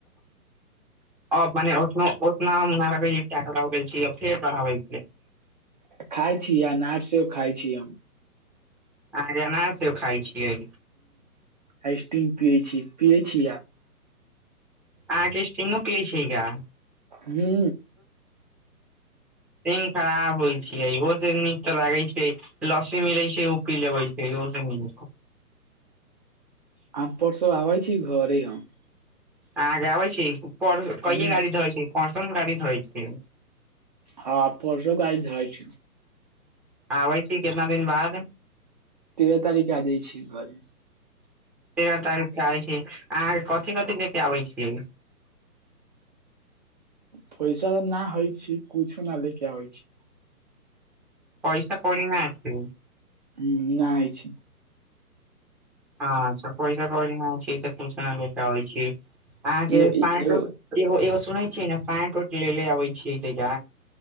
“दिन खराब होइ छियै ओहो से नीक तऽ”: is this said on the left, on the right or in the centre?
Centre